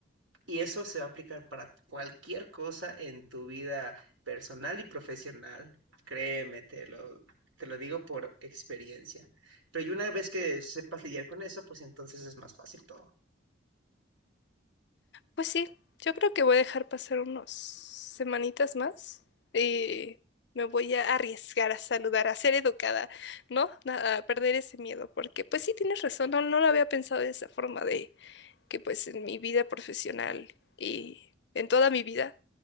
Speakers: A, on the right; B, on the left.
A: y eso se va a aplicar para cualquier cosa en tu vida personal y profesional. Créeme, te lo, te lo digo por experiencia. Pero y una vez que sepas lidiar con eso, pues entonces es más fácil todo.
B: Pues sí, yo creo que voy a dejar pasar unos semanitas más y me voy a arriesgar a saludar, a ser educada, ¿no? Na- A perder ese miedo, porque pues sí tienes razón, no, no lo había pensado de esa forma que pues en mi vida profesional y en toda mi vida,